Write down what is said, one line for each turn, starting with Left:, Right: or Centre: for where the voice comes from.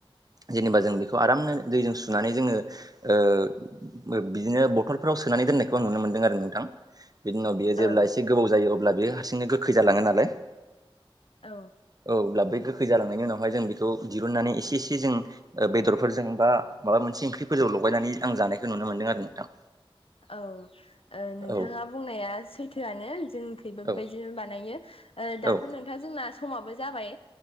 Right: जेनेबा जों बेखौ आरामनो दैजों सुनानै जोङो बिदिनो बथलफ्राव सोनानै दोननायखौ आं नुनो मोनदों आरो नोंथां बिनि उनाव बियो जेब्ला
Left: औ
Right: एसे गोबौ जायो अब्ला बेयो हारसिंनो गोखै जालाङो नालाय
Left: औ
Right: औ अब्ला बेै गोखै जालांनायनि उनावहाय जों बेखौ दिहुननानै एसे एसे जों बेदरफोरजों बा माबा मोनसे ओंख्रिफोरजों लगायनानै आं जानायखौ नुनो मोन्दों आरो नोंथां
Left: औ नोंथाङा
Right: औ
Left: बुंनाया सैथो' थोआनो जोंनिथिंबो
Right: औ
Left: बेबायदिनो बानायो दाथ'
Right: औ
Left: नोंथां जोंना समाबो जाबाय